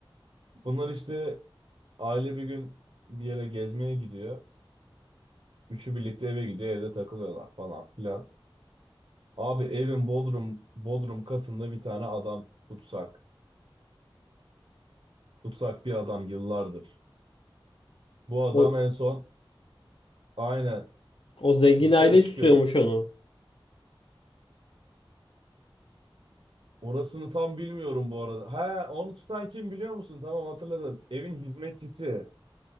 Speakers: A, on the right; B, on the left.
A: Bunlar işte aile bir gün bir yere gezmeye gidiyor. Üçü birlikte eve gidiyor, evde takılıyorlar falan filan. Abi evin bodrum bodrum katında bir tane adam tutsak. Tutsak bir adam yıllardır. Bu adam
B: O,
A: en son aynen
B: o zengin
A: dışarı
B: aile
A: çıkıyor
B: tutuyormuş onu.
A: Orasını tam bilmiyorum bu arada. Ha onu tutan kim biliyor musun? Tamam hatırladım. Evin hizmetçisi.